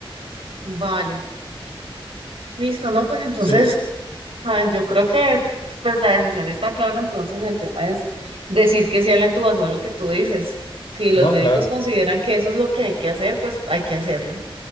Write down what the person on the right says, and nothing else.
Vale. Listo, ¿no? Pues entonces,
ah, yo creo que pues la decisión está clara, entonces el tema es decir que sea la intubación lo que tú dices. Si los
médicos
consideran que eso es lo que hay que hacer, pues hay que hacerlo.